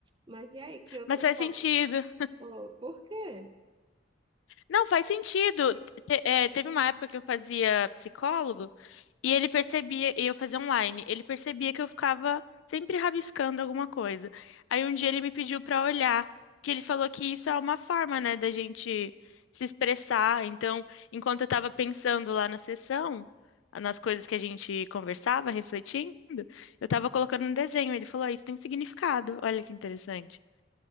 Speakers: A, on the right; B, on the left.
A: Mas e aí, que outro
B: Mas faz
A: hobby?
B: sentido.
A: Oh, por quê?
B: Não, faz sentido. Te- é, teve uma época que eu fazia psicólogo e ele percebia, e eu fazia online, ele percebia que eu ficava sempre rabiscando alguma coisa. Aí um dia ele me pediu pra olhar, porque ele falou que isso é uma forma, né, da gente se expressar. Então, enquanto eu tava pensando lá na sessão, nas coisas que a gente conversava, refletindo, eu tava colocando um desenho. Ele falou, "Ah, isso tem significado. Olha que interessante.